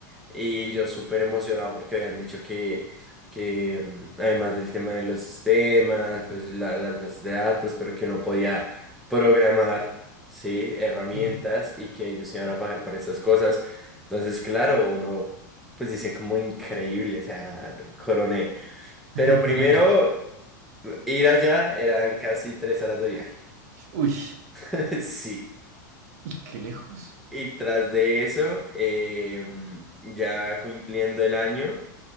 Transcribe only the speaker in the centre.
Y yo súper emocionado porque habían dicho que, que mm, además del tema de los sistemas, pues la- las bases de datos, pero que uno podía programar, ¿sí? Herramientas
y que ellos iban a pagar para estas cosas. Entonces, claro, uno pues dice como increíble, o sea, coroné. Pero
primero, ir allá eran casi tres horas de viaje.
<laughs> Sí.
Y tras de eso, em, ya cumpliendo el año.